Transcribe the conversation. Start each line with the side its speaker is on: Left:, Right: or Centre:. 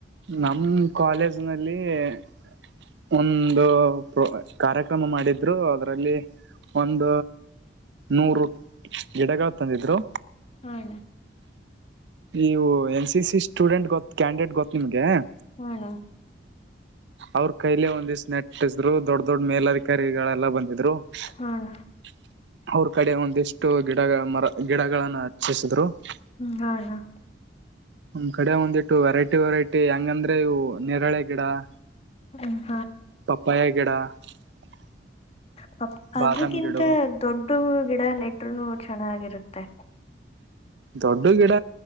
Right: ನಮ್, ಕಾಲೇಜ್ ನಲ್ಲಿ? <inaudible> ಒಂದು, ಪ್ರೊ, ಕಾರ್ಯಕ್ರಮ, ಮಾಡಿದ್ರು ಅದ್ರಲ್ಲಿ? <inaudible> ಒಂದ ನೂರು ಗಿಡಗಳ ತಂದಿದ್ರು.
Left: ಹಣ
Right: ಇವು, ಎನ್, ಸಿ, ಸಿ. ಸ್ಟೂಡೆಂಟ್ ಗೊತ್ತು ಕ್ಯಾಂಡಿಡೇಟ್, ಗೊತ್ತು ನಿಮ್ಗೆ? <inaudible>
Left: ಹ, ಅಣ್ಣ. <inaudible>
Right: ಅವ್ರ, ಕೈಲೆ ಒಂದು, ಇಷ್ಟು, ನೆಟ್ಟಿದ್ರು, ದೊಡ್ಡ ದೊಡ್! ಮೇಲಧಿಕಾರಿಗಳೆಲ್ಲಾ, ಬಂದಿದ್ರು? <inaudible> ಇದರು,
Left: ಹಣ
Right: ಅವ್ರ ಕಡೆ ಒಂದ ಎಷ್ಟಿದ್ರು? <inaudible> ಇಷ್ಟು, ಗಿಡ ಮರ ಗಿಡಗಳನ್ನು ಹಚ್ಚಿಸಿದ್ರು! <inaudible>
Left: ಹ್ಮ, ಹಾ, ಹಾ. <inaudible>
Right: ನಮ್, ಕಡೆ ಒಂದಿಟ್ಟು! ವೆರೈಟಿ, ವೆರೈಟಿ ಹಗಂದ್ರೆ ಇವು, ನೇರಳೆ ಗಿಡ. <inaudible>
Left: ಹೂ. <inaudible>
Right: ಪಪ್ಪಾಯ ಗಿಡ. <inaudible>
Left: ಪ ಅದ್ರಕ್ಕಿಂತ
Right: ಬಾದಾಮ್ ಗಿಡ
Left: ದೊಡ್ಡು ಗಿಡ ನೆಟ್ರುನು ಚೆನ್ನಾಗಿರುತ್ತೆ.
Right: ದೊಡ್ಡು ಗಿಡ